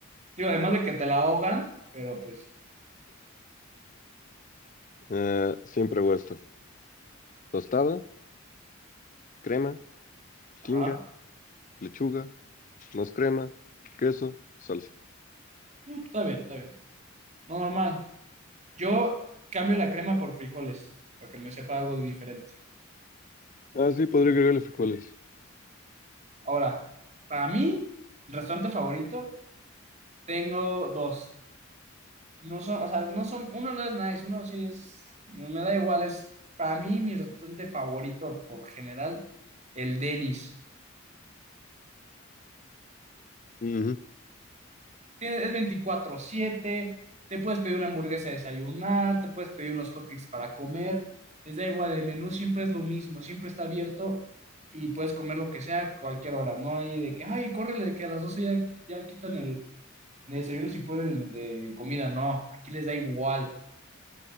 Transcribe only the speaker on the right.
Digo, además de que te la ahogan, pero pues,
ajá.
Mm, está bien, está bien. No, normal. Yo cambio la crema por frijoles, para que me sepa algo diferente.
Ahora, para mí, restaurante favorito, tengo dos. No son, o sea, no son, uno no es nice, uno sí es, no me da igual, es para mí mi restaurante favorito por general, el Denny's.
Tiene- Es veinticuatro siete te puedes pedir una hamburguesa a desayunar, te puedes pedir unos hotcakes para comer, les da igual, el menú siempre es lo mismo, siempre está abierto y puedes comer lo que sea a cualquier hora, no hay de que, ay, córrele, de que a las 12 ya, ya quitan el, el desayuno si ponen el de comida, no, aquí les da igual.